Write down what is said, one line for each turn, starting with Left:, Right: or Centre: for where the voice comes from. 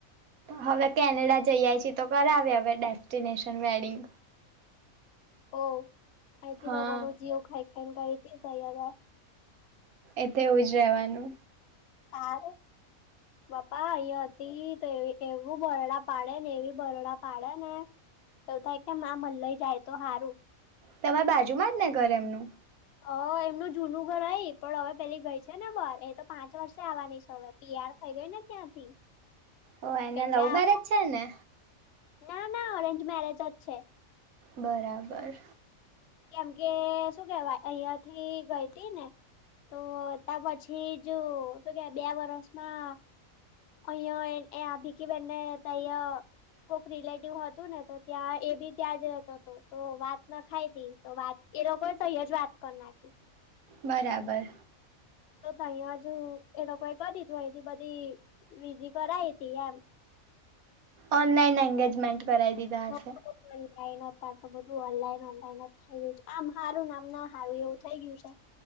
Right: હવે કેનેડા જઈ આવી છી તો કરાવે હવે ડેસ્ટિનેશન વેડિંગ
Left: હ હ એથી
Right: હા
Left: લોગોનુ જીઓ ખાઈ ખાયને ગયી તી ત્યામા
Right: એ તો એવું રહેવાનું
Left: તાર બાપા અહીંયા હતી તો એ એવું બરડા પાડે ને એવી બરડા પાડે ને એવું થાય કે ના મન લઈ જાય તો સારું
Right: તમારે બાજુમાં જ ને ઘર એમનું
Left: હ એમનું જૂનું ઘર હઈ પણ હવે પેલી ગઈ છે ને બાર એ તો પાંચ વર્ષે આવવાની છે હવે તીયાર થઈ ગઈને ત્યાંથી
Right: ઓ એને
Left: એટલે
Right: લવ મેરેજ છે ને
Left: ના ના ઓરેન્જ મેરેજ જ છે.
Right: બરાબર
Left: કેમ કે શું કેવાય અહિયાથી ગઈ તી ને તો ત્યા પછી જો શો કે બે વરષમાં અહીંયા એ આ ભીખી બેને તય કોક રિલેટિવ હતું ને તો ત્યાં એ બી ત્યાં જ રહેતો હતો તો વાત ના ખાયતી તો વાત એ લોકો સહી જ વાત કરી નાખી
Right: બરાબર
Left: તો તહીંયાજ એ લોકોએ કરી દીધું અહીથી બધી વિધિ કરાઈ તી એમ <unintelligible>
Right: ઓનલાઈન એંગેજમેન્ટ કરાય દીધા
Left: ઓનલાઈન
Right: હશે
Left: તો બધું ઓનલાઈન ઓનલાઈન જ થઈ ગય છે આમ હારું ને આમ ના હારું એવું થઇ ગયું છે.